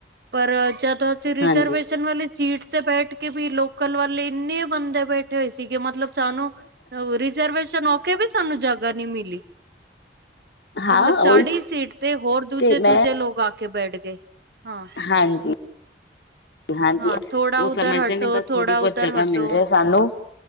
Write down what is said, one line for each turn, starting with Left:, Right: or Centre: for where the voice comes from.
Right: ਪਰ ਜਦੋਂ ਅਸੀਂ ਰਿਜਰਵੇਸ਼ਨ
Left: ਹਾਂਜੀ
Right: ਵਾਲੀ ਸੀਟ ਤੇ ਬੈਠ ਕੇ ਵੀ ਲੋਕਲ ਵਾਲੇ ਇੰਨੇ ਬੰਦੇ ਬੈਠੇ। ਇਕਠੇ ਹੋਏ ਸੀਗੇ ਮਤਲਬ ਸਾਨੂੰ ਰਿਜਰਵੇਸ਼ਨ ਔਕੇ ਵੀ ਸਾਨੂੰ ਜਗ੍ਹਾ ਨੀ ਮਿਲੀ।
Left: ਹਾਂ
Right: ਮਤਲਬ
Left: ਉਹੀ
Right: ਸਾਡੀ ਹੀ ਸੀਟ ਤੇ ਹੋਰ ਦੂਜੇ-
Left: ਤੇ ਮੈਂ
Right: ਦੂਜੇ ਲੋਕ ਆ ਕੇ ਬੈਠ ਗਏ। ਹਾਂ
Left: ਹਾਂਜੀ। ਹਾਂਜੀ
Right: ਹਾਂ ਥੋੜਾ
Left: ਉਹ ਸਮਝਦੇ
Right: ਉਧਰ ਹਟੋ
Left: ਨੇ ਬਸ
Right: ਥੋੜਾ
Left: ਥੋੜ੍ਹੀ ਬਹੁਤ
Right: ਉਧਰ
Left: ਜਗ੍ਹਾ
Right: ਹਟੋ
Left: ਮਿਲ ਜਾਏ ਸਾਨੂੰ